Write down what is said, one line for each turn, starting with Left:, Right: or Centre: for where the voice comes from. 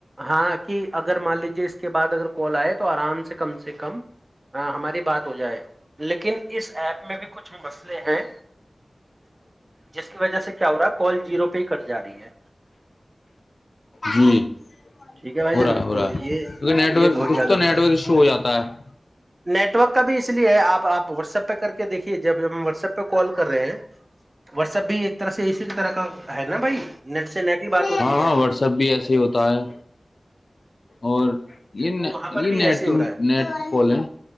Right: ہاں کہ اگر مان لیجیے اس کے بعد اگر کال آئے تو آرام سے کم سے کم کم ہاں ہماری بات ہو جائے لیکن اس ایپ میں بھی کچھ مسئلے ہیں جس کی وجہ سے کیا ہو رہا ہے کال جیرو پہ ہی کٹ جا رہی ہے
Left: جی
Right: ٹھیک ہے بھائی
Left: ہو
Right: جان
Left: رہا ہو
Right: تو
Left: رہا ہے
Right: یہ
Left: کیونکہ نیٹ
Right: یہ
Left: ورک
Right: بہت
Left: کچھ
Right: زیادہ
Left: تو نیٹ
Right: ہو رہا
Left: ورک
Right: ہے
Left: ایشو ہو جاتا ہے
Right: نیٹورک کا بھی اس لیے ہے آپ آپ واٹسپ پہ کر کے دیکھیے جب ہم واٹس ایپ پہ کال کر رہے ہیں واٹسپ بھی ایک طرح سے اسی طرح کا ہے نا بھائی نیٹ سے نیٹ کی بات ہوتی
Left: ہاں
Right: ہے
Left: ہاں واٹس ایپ بھی ایسے ہی ہوتا ہے اور یہ
Right: تو وہاں پر
Left: یہ
Right: بھی
Left: نیٹگ
Right: ایسے ہو رہا ہے
Left: نیٹ کی کالیں